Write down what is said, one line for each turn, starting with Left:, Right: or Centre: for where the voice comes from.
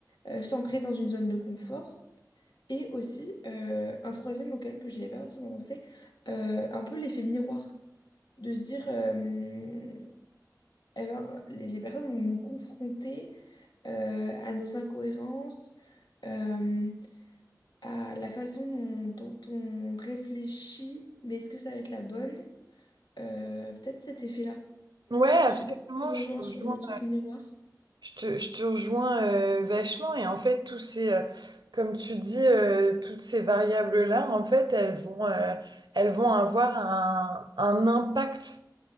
Left: euh, s'ancrer dans une zone de confort. Et aussi, euh, un troisième auquel que j'avais pas forcément pensé, euh, un peu l'effet miroir, de se dire, euh, eh ben, les, les personnes vont nous confronter euh, à nos incohérences, euh, à la façon dont, dont on réfléchit, mais est-ce que ça va être la bonne? Euh, peut-être cet effet-là.
Right: ouais, absolument.
Left: Je sais pas si tu me
Right: Je
Left: rejoins
Right: te
Left: sur
Right: rejoins,
Left: le truc miroir.
Right: je te, je te rejoins euh, vachement. Et en fait, tous ces, euh, comme tu dis, euh, toutes ces variables-là, en fait, elles vont, euh, elles vont avoir un, un impact,